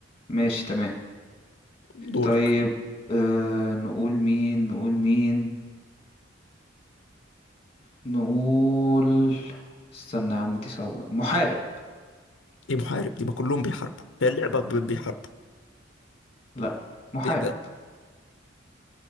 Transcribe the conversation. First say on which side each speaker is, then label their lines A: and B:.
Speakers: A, on the left; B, on the left.
A: ماشي تمام
B: دورك
A: طيب أه نقول مين نقول مين نقول استنى يا عم دي صعبة محارب
B: ايه محارب دي ما كلهم بيحاربوا هي اللعبة ب- بيحاربوا
A: لا محارب
B: ايه ده